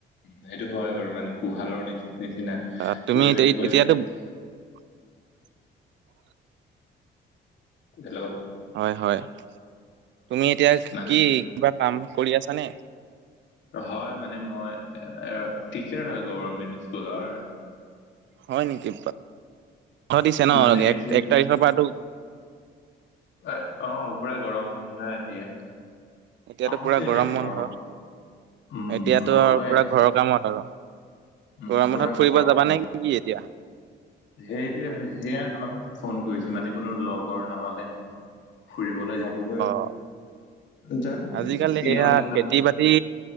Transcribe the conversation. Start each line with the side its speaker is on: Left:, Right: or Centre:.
Left: সেইটো হয় বাৰু মানে কুঁহালৰ নিচিনা নিচিনা
Right: আহ তুমি
Left: পৰিৱেশ
Right: এতি-
Left: হৈ
Right: এতিয়াতো
Left: যায়।
Right: <inaudible>
Left: হেল্ল'
Right: হয় হয় তুমি এতিয়া
Left: মানে
Right: কি কিবা কাম কৰি আছানে
Left: হয় মানে মই টিচাৰ হয় গভমেণ্ট স্কুলৰ
Right: হয় নেকি বা দিছে ন
Left: মানে ৰিচেন্ট
Right: এক এক তাৰিখৰ পৰাতো
Left: অ পুৰা গৰম বন্ধ এতিয়া
Right: এতিয়াতো
Left: আহিছো
Right: পুৰা
Left: এতিয়া
Right: গৰম
Left: ঘৰ
Right: বন্ধ।
Left: উম
Right: এতিয়াতো
Left: ঘৰলৈ
Right: আৰু পুৰা
Left: আহিছো।
Right: ঘৰৰ কামত আৰু
Left: উম,
Right: গৰম
Left: পুৰা
Right: বন্ধত ফুৰিব
Left: ঘৰ
Right: যাবা
Left: কাম
Right: নেকি
Left: কৰ।
Right: কি এতিয়া।
Left: সেইটোয়ে হৈছে সেইকাৰণে তোমাক ফোন কৰিছো মানে কোনো লগৰ নহলে ফুৰিবলৈ যাবলৈ
Right: অ
Left: যাম বুলি
Right: আজিকালি
Left: ভাবিছো শ্বিলং
Right: এয়া
Left: এইফালে।
Right: খেতি বাতি